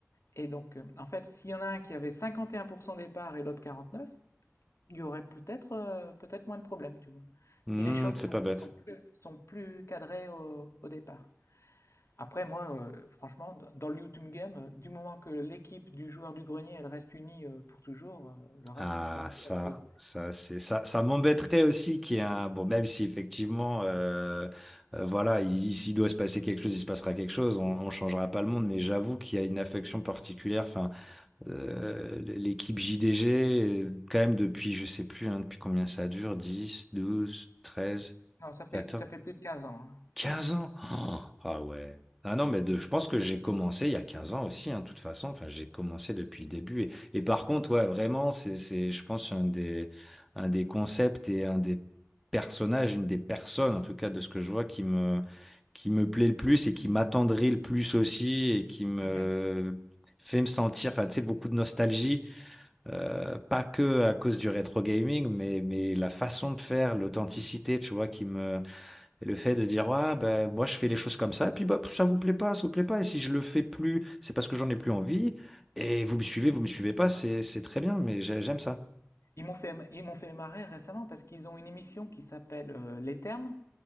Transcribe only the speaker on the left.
Et donc, euh, en fait, s'il y en a un qui avait 51% des parts et l'autre 49%, il y aurait peut-être euh, peut-être moins de problèmes, tu vois.
Si les choses
sont,
sont plus, sont plus cadrées au, au départ. Après, moi, heu, franchement, d dans le YouTube game, heu, du moment que l'équipe du joueur du grenier, elle reste unie, heu, pour toujours, heu, le reste,
je m'en fous
un peu.
Non, ça fait
ça fait plus de quinze ans, hein.
Mmh
Ouais,
ouais.
Ils m'ont fait ils m'ont fait marrer récemment parce qu'ils ont une émission qui s'appelle, heu, Les Termes